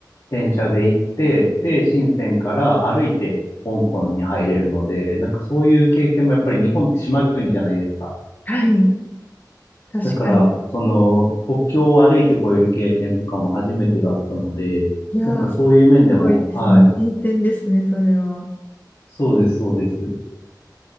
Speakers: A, on the left; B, on the left.
A: 電車で行って、で、深センから歩いて香港に入れるので、なんかそういう経験もやっぱり日本って島国じゃないですか。
B: はい。確かに。
A: だから、その、国境を歩いて越える経験とかも初めてだったので、
B: いやー、
A: なんかそういう面でも、
B: すごいですね。
A: はい、
B: 新鮮ですね、それは。
A: そうです、そうです。